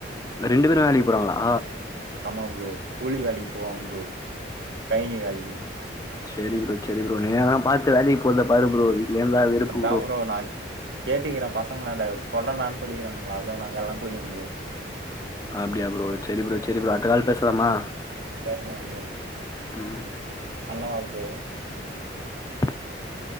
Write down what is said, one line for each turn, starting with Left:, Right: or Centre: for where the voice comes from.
Left: ரெண்டு பேரு வேலைக்கு போறாங்களா
Right: ஆமா ப்ரோ கூலி வேலைக்கு போவாங்க ப்ரோ கைனி வேலைக்கு
Left: சரி ப்ரோ சரி ப்ரோ நீ எதனா பாத்து வேலைக்கு போறத பாரு ப்ரோ வீட்லயே இருந்தா வெறுப்பு
Right: அத்தா ப்ரோ நான் கேட்டுக்கிறே பசங்களாண்ட சொல்றண்ணானு சொல்லிருக்கானுங்கோ அதா நாங்கல்லா போய்டோங்க ப்ரோ
Left: அப்படியா ப்ரோ சரி ப்ரோ சரி ப்ரோ அடுத்த கால் பேசலாமா
Right: பேசலாம் ப்ரோ
Left: ம்
Right: பண்ணவா ப்ரோ
Left: <inaudible>